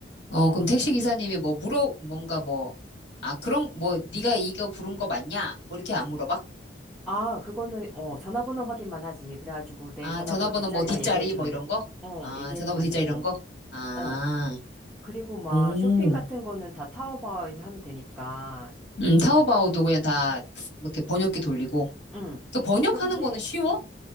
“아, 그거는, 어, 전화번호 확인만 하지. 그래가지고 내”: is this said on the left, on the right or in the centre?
Centre